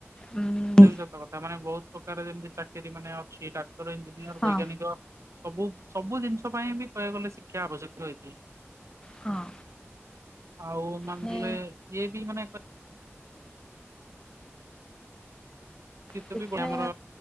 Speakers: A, on the left; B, on the right.
A: ଉଁ
B: ସେଟା ବି ସତ କଥା। ମାନେ ବହୁତ ପ୍ରକାର, ଯେମିତି ଚାକିରି ମାନେ ଅଛି, ଟା ତର, ଇଞ୍ଜିନୟର,
A: ହଁ
B: ବୈଜ୍ଞାନିକ ସବୁ, ସବୁ ଜିନିଷ ପାଇଁ ବି କହିବାକୁ ଗଲେ, ଶିକ୍ଷା ଆବଶ୍ୟକ ହେଇଥାଏ।
A: ହଁ
B: ଆଉ' ମାନ
A: ମାନେ
B: ଦିଏ, ଇଏ ବି ମାନେ ଶୀତ
A: ଶିକ୍ଷା
B: ବି ଆମର,